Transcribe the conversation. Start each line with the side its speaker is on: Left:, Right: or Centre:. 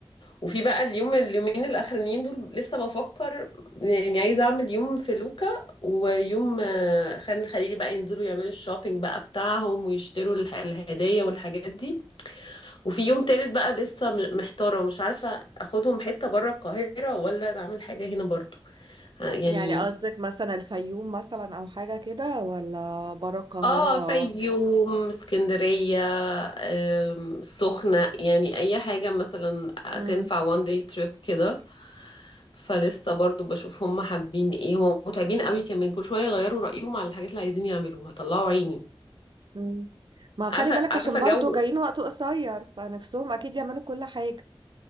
Left: وفي بقى اليوم اليومين الاخرانيين دول لسه بفكر يعني عايزه اعمل يوم في لوكا ويوم آه، خان الخليلي بقى ينزلوا يعملوا الشوبينج بقى بتاعهم ويشتروا الح- الهدايا والحاجات دي وفي يوم تالت بقى لسه م- محتاره مش عارفه اخدهم حته بره القاهره ولا اعمل حاجه هنا برضو آه، يعني
Right: يعني قصدك مثلا الفيوم مثلا او حاجة كده ولا برا القاهرة
Left: اه فيوم اسكندرية أم، سخنة يعني أي حاجة مثلا
Right: مم.
Left: تنفع one day trip كده فلسه برضو بشوف هم حابين ايه هم متعبين قوي كمان كل شوية يغيروا رأيهم على الحاجات اللي عايزين يعملوها طلعوا عيني
Right: مم. ما خلي
Left: عارفة
Right: بالك
Left: عارفة
Right: عشان برضو
Left: جو
Right: جايين وقت قصير فنفسهم اكيد يعملوا كل حاجة